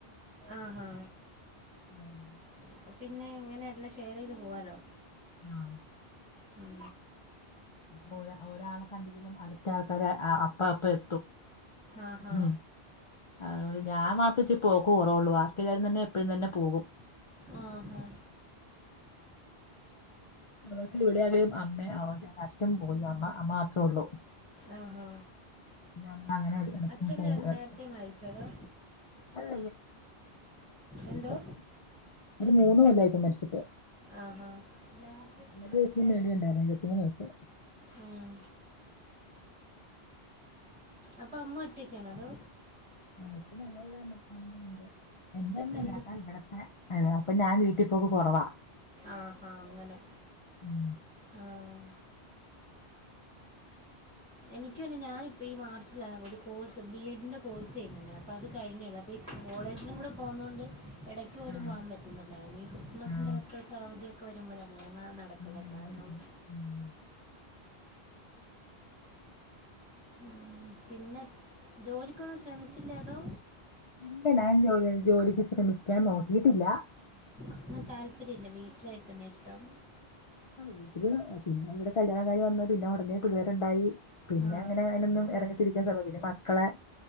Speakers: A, in the centre; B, on the left.
A: ആഹാ
B: ഉം
A: അപ്പപിന്നെ ഇങ്ങനെ എല്ലാം ഷെയറയ്ത് പോവാലോ
B: ആഹ്
A: ഉം
B: അമ്മാറിയ ഒരാളെ കണ്ടിലേലും അടുത്ത ആൾക്കാര് ആ അപ്പം അപ്പ എത്തും
A: ആഹാ
B: ഉം അതുകൊണ്ട് ഞാൻ മാത്ര ഇച്ച് പോക്ക് കുറവുള്ളൂ ബാക്കി എല്ലാരും തന്നെ എപ്പഴും തന്നെ പോകും
A: ആഹ് ഹാ
B: അവൾക് എവിടെയായ്ലും അമ്മ <unintelligible> അച്ചൻ പോയി അമ്മ അമ്മ മാത്രേള്ളു
A: ആഹാ
B: പിന്നെ ഞമ്മള് അങ്ങനെ എടക്കും
A: അച്ഛൻ
B: പോകാർ
A: നേ- നേരത്തെ മരിച്ചോ അതോ
B: മഴ
A: എന്തോ
B: <unintelligible> പിന്നെ മൂന്ന് കൊല്ലായി ഇപ്പോ മരിച്ചിട്ട്
A: ആഹാ ലാർജസ്റ്റ്
B: എഴുപത്
A: റെസ്റ്റായി
B: വയസിനു മേളി ഉണ്ടായിരുന്നു എഴുപത്തിമൂന്ന് വയസ്സ്
A: ഉം <unintelligible> അപ്പം അമ്മ ഒറ്റയ്ക്കാണോ അവടെ
B: ആഹ് ഇപ്പം ഞങ്ങടെ ഇവിടെ അമ്മ അമ്മയോണ്ട് എന്റെമ്മല്ലാട്ടാ
A: എന്ത്
B: ഇവിടത്തെ അതാ അപ്പൊ ഞാൻ വീട്ടിപ്പോക്ക് കൊറവാ
A: ആഹാ അങ്ങനെ
B: ഉം
A: ആഹ് എനിക്കൊണ്ട് ഞാനിപ്പ ഈ മാർച്ച് ലാ ഒരു കോഴ്സ് ബി എഡിൻ്റെ കോഴ്സ് ചെയ്യുന്നുണ്ട് അപ്പോ അത് കഴിഞ്ഞേള്ളൂ അപ്പോൾ ഈ കോളേജിലും കൂടെ പോകുന്നോണ്ട് എടയ്ക്ക് പോലും
B: ആഹ്
A: പോകാൻ പറ്റുന്നില്ലായിരുന്നു ഈ ക്രിസ്മസിൻ്റെ
B: ആഹ്
A: പത്തു ദിവസ അവധിയൊക്കെ വരുമ്പഴാ പോവുന്നെ നടക്കുന്നുണ്ടായിരുന്നുള്ളൂ
B: ഇനി അവിടെ എത്തണം ഉം.
A: ഉം പിന്നെ ജോലിക്കൊന്നും ശ്രമിച്ചില്ലേ അതോ
B: ഇല്ല ഞാൻ ജോലി ജോലിക്ക് ശ്രമിക്കാൻ നോക്കിയിട്ടില്ല
A: അതൊന്നും താല്പര്യം ഇല്ല വീട്ടില് നിക്കുന്നാ ഇഷ്ടം
B: വീട്ടില് പിന്നെ ഇവിടെ കല്ല്യാണം കഴിഞ്ഞ് വന്ന് പിന്നെ ഉടനെ പിള്ളേരുണ്ടായി പിന്നെ
A: ആ
B: അങ്ങ നെ ഒന്നും ഇറങ്ങിത്തിരിക്കാൻ സമയല്ല പിന്നെ മക്കളെ